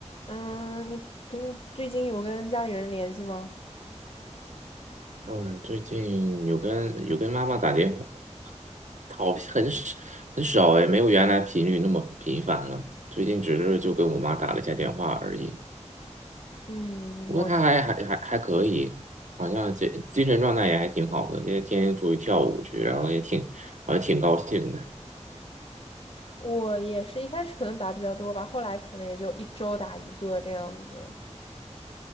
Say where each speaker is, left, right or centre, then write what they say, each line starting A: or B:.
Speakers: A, on the left (about 50°); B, on the right (about 80°).
A: 嗯，你平最近有跟家里人联系吗？
B: 嗯，最近有跟有跟妈妈打电话，好，很少很少哎，没有原来频率那么频繁了。最近只是就跟我妈打了一下电话而已，
A: 嗯，
B: 不过她还还还还可以，
A: 我
B: 好像精精神状态也还挺好的，因为天天出去跳舞去，然后也挺好像挺高兴的。
A: 我也是一开始可能打的比较多吧，后来可能也就一周打一个这样子。